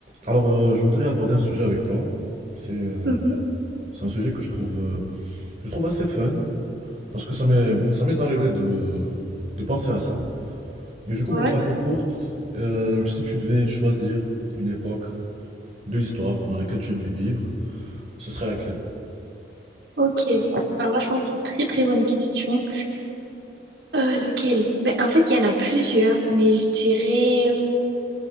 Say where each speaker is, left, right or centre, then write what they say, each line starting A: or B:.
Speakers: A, on the right (about 40°); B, on the right (about 75°).
A: Alors, euh, je voudrais aborder un sujet avec toi. C'est euh,
B: Mhm.
A: c'est un sujet que je trouve, euh, que je trouve assez fun, parce que ça m'est, ça m'est arrivé de, de penser à ça. Et du coup,
B: Ouais,
A: pour te la faire courte, euh, si tu devais choisir une époque de l'histoire dans laquelle tu aimerais vivre, ce serait laquelle?
B: ok. Alors là, je pense que c'est une très très bonne question. Euh, laquelle? Ben, en fait, il y en a plusieurs, mais je dirais... euh,